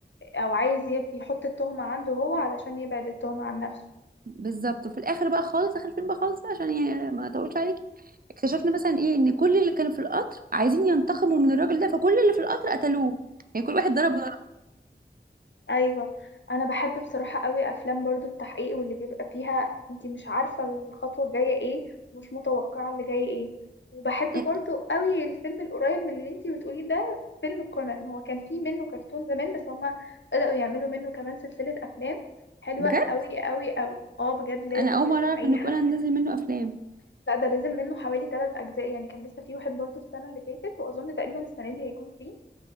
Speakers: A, on the left (about 80°); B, on the right (about 50°).
A: او عايز يب- يحط التهمة عنده هو علشان يبعد التهمة عن نفسه
B: بالظبط وفي الاخر بقى خالص اخر الفيلم بقى خالص بقى عشان يعني ما اطولش عليك اكتشفنا مثلا ايه ان كل اللي كانوا في القطر عايزين ينتقموا من الراجل ده فكل اللي في القطر قتلوه يعني كل واحد ضرب ضرب
A: ايوه انا بحب بصراحه قوي افلام برضو التحقيق واللي بيبقى فيها انتي مش عارفه الخطوه الجايه ايه ومش متوقعه اللي جاي ايه وبحب
B: إيه،
A: برضو قوي الفيلم القريب من اللي انتي بتقوليه ده فيلم كونان هو كان فيه منه كرتون زمان بس هما بدأوا يعملوا منه كمان سلسله افلام حلوه
B: بجد
A: قوي قوي قوي اه بجد لازم
B: انا اول
A: تسمعيها
B: مره اعرف ان كونان نزل منه افلام
A: <laughs> لا ده نزل منه حوالي ثلاث اجزاء يعني كان لسه فيه واحد برضو السنه اللي فاتت واظن تقريبا السنه دي هيكون فيه